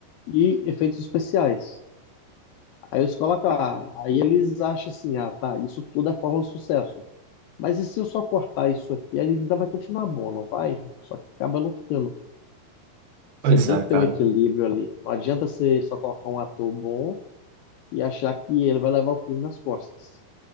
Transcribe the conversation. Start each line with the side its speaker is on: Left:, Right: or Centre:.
Left: e efeitos especiais. Aí eles colocam lá. Aí eles acham assim, ah, tá, isso tudo é forma de sucesso. Mas e se eu só cortar isso aqui, aí ainda vai continuar bom, não vai? Só que acaba não ficando.
Right: Pois
Left: Você tem
Right: é,
Left: que
Right: cara.
Left: ter um equilíbrio ali. Não adianta você só colocar um ator bom e achar que ele vai levar o filme nas costas.